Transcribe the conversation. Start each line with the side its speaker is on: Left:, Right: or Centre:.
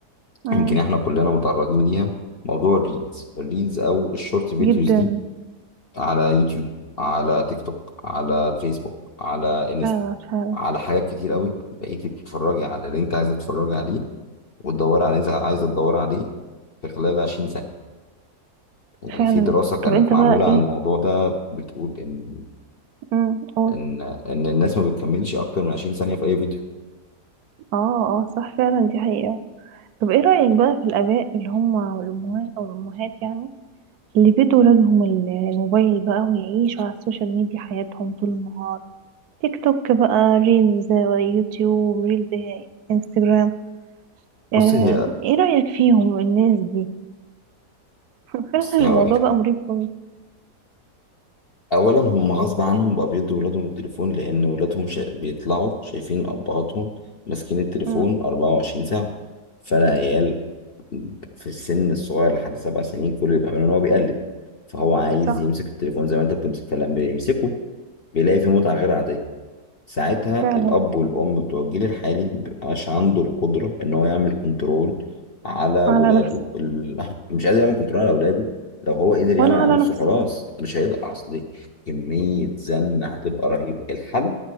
Right: مم،
Left: يمكن احنا كلنا متعرضين ليها موضوع الريلز الريلز او الشورت فيديوز
Right: جدا
Left: دي على يوتيوب على تيك توك على الفيسبوك على انستا
Right: فعلا فعلا
Left: على حاجات كتير قوي بقيتي بتتفرجي على اللي انت عايزه تتفرجي عليه وتدور عليه زي عايزة تدور عليه في خلال 20 سنة يعني
Right: فعلا
Left: في دراسة كانت
Right: طب انت
Left: معمولة
Right: بقى ايه
Left: عن الموضوع ده بتقول إن
Right: امم قول
Left: إن إن الناس ما بتكملش أكتر من 20 ثانية في أي فيديو
Right: اه اه صح فعلا دي حقيقة طب ايه رأيك بقى في الآباء اللي هم والأمهات أو الأمهات يعني اللي بيدوا ولادهم ال- الموبايل بقى ويعيشوا على السوشيال ميديا حياتهم طول النهار تيك توك بقى ريلز يوتيوب ريلز انستجرام آه
Left: بص هي
Right: ايه رأيك فيهم الناس دي <laughs> فعلا
Left: بص
Right: الموضوع
Left: هقول لك
Right: بقى مريب قوي
Left: أولا هم غصب عنهم بقى بيدوا ولادهم التليفون لأن ولادهم شا... بيطلعوا شايفين أبهاتهم ماسكين التليفون
Right: أمم،
Left: 24 ساعة فالعيال في السن الصغير لحد سبع سنين كل اللي بيعمله إن هو بيقلد فهو عايز
Right: صح
Left: يمسك التليفون زي ما أنت بتمسك فلما بيمسكه بيلاقي فيه متعة غير عادية ساعتها
Right: فعلا
Left: الأب والأم بتوع الجيل الحالي مبيبقاش عنده القدرة إن هو يعمل كنترول على
Right: على
Left: ولاده
Right: نفسه
Left: ال... <laughs> مش قادر يعمل كنترول على ولاده لو هو قدر يعمل
Right: ولا
Left: على
Right: على
Left: نفسه
Right: نفسه
Left: خلاص مش هيقدر أصل كمية زن هتبقى رهيبة الحل